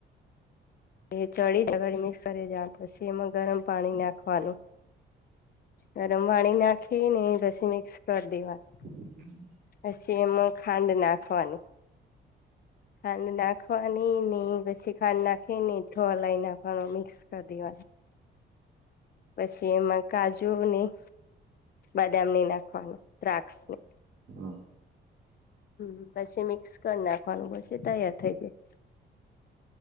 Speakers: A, on the left; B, on the right.
A: એ ચડી જગળ મિક્સ કરી દે પછી એમાં ગરમ પાણી નાખવાનું. ગરમ પાણી નાખી ને પછી મિક્સ કરી દેવાનું
B: હમ.
A: પછી એમાં ખાંડ નાખવાની ખાંડ નાખવાની ને પછી ખાંડ નાખી ને એઠો અલાઈ નાખવાનો મિક્સ કરી દેવાનું.
B: <unintelligible>
A: પછી એમાં કાજુ નહી. બદામ નહી નાખવાની દ્રાક્ષને
B: હા.
A: હમ પછી મિક્સ કરી નાખવાનું પછી તૈયાર થઇ જાય.